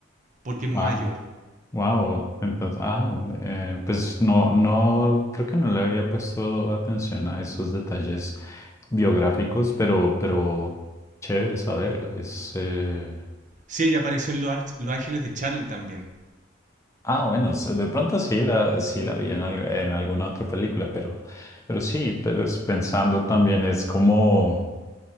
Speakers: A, on the right; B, on the left.
A: porque es
B: Wow.
A: mayor.
B: Wow, entonces, ah, eh, pues no, no, creo que no le había puesto atención a esos detalles biográficos, pero, pero chévere saberlo. Es, eh,
A: Sí, ella apareció en Los Ángeles de Charlie también.
B: ah, bueno, s- de pronto sí la, sí la vi en, al- en alguna otra película, pero, pero sí, pues, pensando también es como,